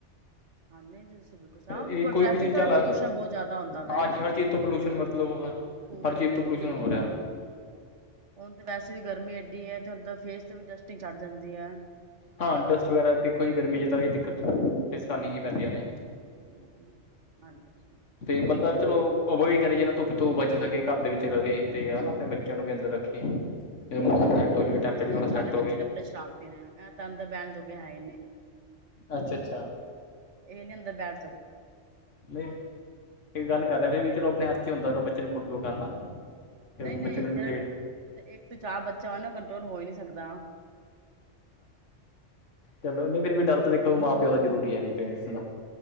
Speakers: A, on the right; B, on the left.
A: ਹਾਂ ਨਹੀਂ ਤੁਸੀਂ ਬਿਲਕੁਲ ਸਹੀ,
B: ਇਹ ਕੋਈ
A: ਟ੍ਰੈਫਿਕ
B: ਵੀ ਚੀਜ਼ਾਂ
A: ਦਾ
B: ਲਾ,
A: ਪ੍ਰਦੂਸ਼ਣ ਬਹੁਤ ਜ਼ਿਆਦਾ ਹੁੰਦਾ ਵੈ
B: ਹਾਂਜੀ ਹਰ ਚੀਜ਼ ਤੋਂ ਪੋਲਿਊਸ਼ਨ ਮਤਲਬ
A: ਧੂਲ
B: ਹਰ ਚੀਜ਼
A: ਮਿੱਟੀ
B: ਤੋਂ ਪੋਲਿਊਸ਼ਨ ਹੋ ਰਿਹਾ।
A: ਹੁਣ ਤਾਂ ਵੈਸੇ ਵੀ ਗਰਮੀ ਐਡੀ ਏ ਤੇ ਹੁਣ ਤਾਂ ਫੇਸ ਤੇ ਵੀ ਡਸਟਿੰਗ ਚੱਡ ਜਾਂਦੀ ਐ।
B: ਹਾਂ ਡਸਟ ਵਗੈਰਾ ਦੇਖੋ ਜੀ ਗਰਮੀਆਂ ਚ ਤਾਂ ਇਹ ਦਿੱਕਤ ਫੇਸ ਕਰਨੀ ਹੀ ਪੈਂਦੀਆਂ ਨੇ।
A: ਹਮ, ਹਾਂਜੀ-ਹਾਂਜੀ।
B: ਤੇ ਬੰਦਾ ਚਲੋ ਅਵੋਇਡ ਕਰੇ, ਜਿਨ੍ਹਾਂ ਧੁੱਪ ਤੋਂ ਬਚ ਸਕੇ, ਘਰ ਦੇ ਵਿੱਚ ਰਵੇ ਤੇ ਹਨਾ ਆਪਣੇ ਬੱਚਿਆਂ ਨੂੰ ਵੀ ਅੰਦਰ ਰੱਖੇ। <unintelligible> <unintelligible>
A: ਹਮ
B: ਸਟ ਹੋਵੇ
A: ਨਹੀਂ ਸਾਡੇ ਬੱਚੇ ਤਾਂ ਬੜੇ ਸ਼ਰਾਰਤੀ ਨੇ ਇਹ ਤਾਂ ਅੰਦਰ ਬਹਿਣ ਜੋਗੇ ਹੈ ਹੀ ਨੇ
B: ਅੱਛਾ-ਅੱਛਾ।
A: ਇਹ ਨੀ ਅੰਦਰ ਡਾਲ।
B: ਨਈ ਕੀ ਗੱਲ ਕਰ ਰਿਐ ਫਿਰ ਵੀ ਚਲੋ ਆਪਣੇ ਹੱਥ ਇੱਚ ਈ ਹੁੰਦੈ ਬੱਚੇ ਨੂੰ ਕੰਟਰੋਲ ਕਰਨਾ। ਤੇ
A: ਨਈ-ਨਈ
B: ਬੱਚੇ ਨੂੰ ਇਹਨੂੰ
A: ਫੇਰ ਤੁ ਤੇ ਇੱਕ ਤੋਂ ਚਾ ਬੱਚਾ ਔ ਨਾ ਕੰਟਰੋਲ ਹੋ ਈ ਨਈ ਸਕਦਾ।
B: ਚਲੋ ਨਈ ਫੇਰ ਵੀ ਡਰ ਤੇ ਵੇਖੋ ਮਾਂ ਪਿਓ ਦਾ ਜ਼ਰੂਰੀ ਐ ਜੀ, ਪੇਰੈਂਟਸ ਦਾ।